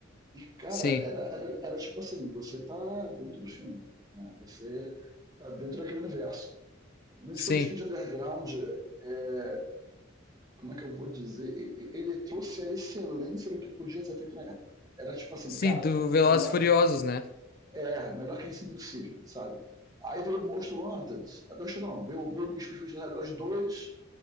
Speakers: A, on the right; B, on the left.
A: E, cara,
B: Sim,
A: era, era, era tipo assim, você tá dentro do filme, né? Você tá dentro daquele universo. O Need
B: sim.
A: for Speed Underground é, como é que eu vou dizer? Ele trouxe a excelência do que podia ser feito na época. Era tipo assim,
B: Sim,
A: cara,
B: do Velozes
A: melhor
B: e Furiosos,
A: que,
B: né?
A: é, melhor que isso é impossível, sabe? Aí veio o Most Wanted. Acho não, veio, veio o Luiz Fusfus 2